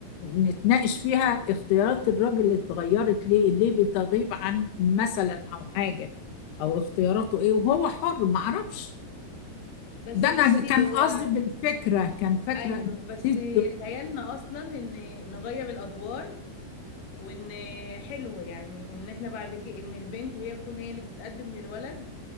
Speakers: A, on the left (about 75°); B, on the left (about 60°).
A: نتناقش فيها اختيارات الراجل اللي اتغيرت ليه ليه بتغيب عن مثلا او حاجة او اختياراته ايه وهو حر ما اعرفش
B: بس
A: ده انا
B: بصي
A: كان
B: هو
A: قصدي بالفكرة كان فاكرة
B: ايوه بس
A: نسيت
B: خيالنا اصلا ان نغير الادوار وان حلو يعني ان احنا بعد كده ان البنت هي تكون هي اللي بتتقدم للولد